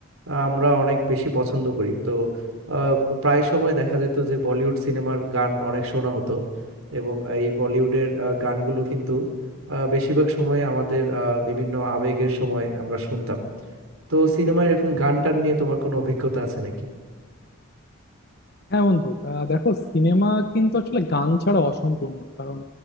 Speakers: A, on the right; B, on the left.
A: আহ, আমরা অনেক বেশি পছন্দ করি তো আহ, প্রায় সময় দেখা যেত যে বলিউড সিনেমার গান অনেক শোনা হতো এবং এই বলিউডের আহ, গানগুলো কিন্তু আহ, বেশিরভাগ সময় আমাদের আহ, বিভিন্ন আবেগের সময় আমরা শুনতাম তো সিনেমায় এরকম গান টান নিয়ে তোমার কোনো অভিজ্ঞতা আছে নাকি
B: হ্যাঁ বন্ধু আহ, দেখো সিনেমা কিন্তু আসলে গান ছাড়া অসম্পূর্ণ কারণ